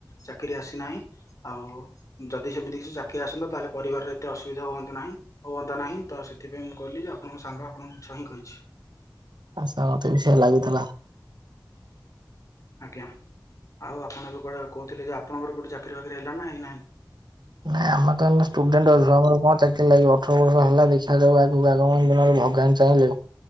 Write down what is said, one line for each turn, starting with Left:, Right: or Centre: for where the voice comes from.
Left: ଚାକିରି ଆସିନାହିଁ। ଆଉ ଯଦି ସେମିତି କିଛି ଚାକିରି ଆସନ୍ତା ତାହେଲେ ପରିବାରରେ ଏତେ ଅସୁବିଧା ହୁଅନ୍ତୁ ନାହିଁ। ହୁଅନ୍ତା ନାହିଁ। ତ ସେଥିପାଇଁ ମୁଁ କହିଲି ଯେ ଆପଣଙ୍କ ସାଙ୍ଗ ଆପଣଙ୍କୁ ମିଛ ହିଁ କହିଚି।
Right: ଆଚ୍ଛା ମତେ ବି ସେୟା ଲାଗୁଥିଲା।
Left: ଆଜ୍ଞା। ଆଉ ଆପଣ ଏ କୁଆଡେ କହୁଥିଲେ ଯେ ଆପଣଙ୍କର କୋଉଠି ଚାକିରି ଫାକିରି ହେଲା ନା ହେଇନାହିଁ?
Right: ନାଇଁ ଆମେ ତ ଷ୍ଟୁଡେଣ୍ଟ ଅଛୁ ଆମର କଣ ଚାକିରି ଲାଗିବ। ଅଠର ବର୍ଷ ହେଲା ଦେଖାଯାଉ ଆଗକୁ ଆଗାମି ଦିନରେ ଭଗବା ଚାହିଁଲେ